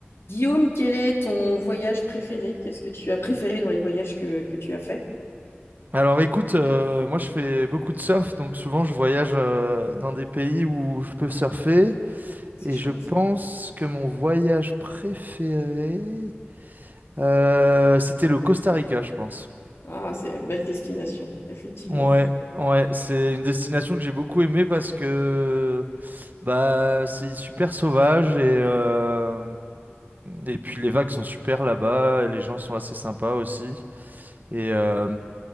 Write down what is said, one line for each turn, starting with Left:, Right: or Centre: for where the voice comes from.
Left: Guillaume, quel est ton voyage préféré? Qu'est-ce que tu as préféré dans les voyages que, que tu as fait?
Right: Alors écoute, euh, moi je fais beaucoup de surf, donc souvent je voyage euh, dans des pays où je peux surfer,
Left: C'est
Right: et
Left: chouette.
Right: je pense que mon voyage préféré, euh, c'était le Costa Rica, je pense.
Left: Ah, c'est belle destination, effectivement.
Right: Ouais,
Left: <laughs>
Right: ouais, c'est une destination que j'ai beaucoup aimée parce que bah c'est super sauvage et euh, et puis les vagues sont super là-bas, et les gens sont assez sympas aussi. Et, euh,